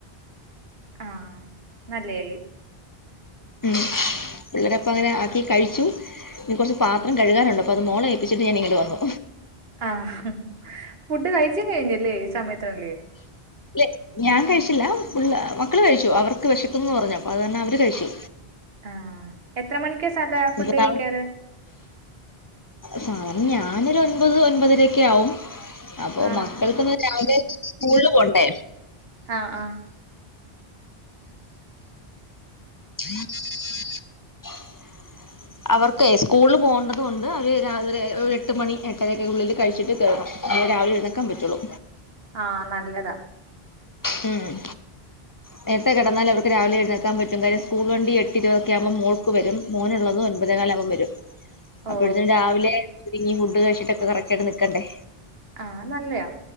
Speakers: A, on the right; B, on the left.
A: ആഹ നല്ലയായി.
B: ഉം പിള്ളേരപ്പം അങ്ങനെ ആക്കി കഴിച്ചു. ഇനി കുറച്ച് പാത്രം കഴുകാനുണ്ട് അപ്പോ അത് മോളെ ഏപ്പിച്ചിട്ട് ഞാനിങ്ങട്ട് വന്നു.
A: ആഹ ഫുഡ് കഴിച്ചും കഴിഞ്ഞല്ലേ ഈ സമയത്തിനുള്ളില്
B: ല്ല ഞാൻ കഴിച്ചില്ല പുള്ളാ മക്കള് കഴിച്ചു അവർക്ക് വിശക്കുന്നുന്ന് പറഞ്ഞു അപ്പൊ അത് കാരണം അവര് കഴിച്ചു.
A: ആഹ എത്ര മണിക്ക സാധാ
B: ഇനിപ്പ
A: ഫുഡ് കഴിക്കാറ്?
B: നാളെ സാധാരണ ഞാനൊരു ഒൻപത് ഒൻപതരക്കെ ആവും. അപ്പൊ
A: ആ
B: മക്കൾക്കൊന്നും രാവിലെ സ്കൂളിൽ പോണ്ടേ.
A: ആ ആ
B: <unintelligible> അവർക്കെ സ്കൂളിൽ പോകേണ്ടത് കൊണ്ട് അവര് രാവിലെ ഒരു എട്ട് മണി എട്ടരൊക്കെ ഉള്ളിൽ കഴിച്ചിട്ട് കയറും. എന്നാലെ രാവിലെ എഴുന്നേക്കാൻ പറ്റുള്ളൂ.
A: ആഹ നല്ലതാ.
B: ഹം നേരത്തെ കിടന്നാൽ അവർക്ക് രാവിലെ എഴുന്നേക്കാൻ പറ്റും കാര്യം സ്കൂൾ വണ്ടി എട്ടെ ഇരുപതൊക്കെ ആകുമ്പോ മോൾ ക്ക് വരും മോനുള്ളത് ഒൻപതേ കാലാകുമ്പോ വരും.
A: ഓ
B: അപ്പോഴത്തിന്‌ രാവിലെ ഒരുങ്ങി ഫുഡ് കഴിച്ചിട്ടൊക്കെ കറക്റ്റ് ആയിട്ട് നിക്കണ്ടേ.
A: ആഹ് നല്ലെയ